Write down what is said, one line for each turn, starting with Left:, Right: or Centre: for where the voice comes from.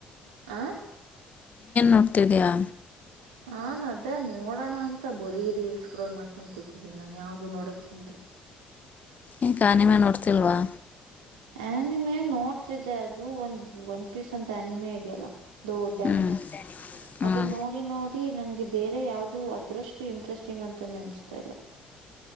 Right: ಆಹ್ಹಾ.
Left: ನೋಡ್ತಿದೀಯಾ
Right: ಹಾನ ಅದ ನೋಡೋಣ ಅಂತ ಬರೀ ರೀಲ್ಸ್ ಸ್ಕ್ರಾಲ್ ಮಾಡ್ಕೊಂಡ್ ಕೂತಿದ್ದೀನಿ ನಾನ್ ಯಾವ್ದು ನೋಡಕ್ ಸಿದ್ಧೆ.
Left: ಯೆಕಾ ಅನಿಮೇ ನೋಡ್ತಿಲ್ವಾ.
Right: ಅ್ಯನಿಮೆ ನೋಡ್ತಿದ್ದೆ ಅದು ಒಂದ್ ಒಂದ್ ಪೀಸ್ ಅಂತ ಅ್ಯನಿಮೆ ಇದೆಯಲ್ಲಾ. ದೊಡ್ಡ
Left: ಹ್ಞೂ
Right: ಅ್ಯನಿಮೆ
Left: ಹ್ಞೂ
Right: ಅದು ನೋಡಿ ನೋಡ. ತ್ತಿ ನನ್ಗೆ ಬೇರೆ ಯಾವುದು ಅದ್ರಷ್ಟ ಇಂಟ್ರೆಸ್ಟಿಂಗ್ ಅಂತಾನೆ ಅನ್ಸ್ತಾ ಇಲ್ಲಾ.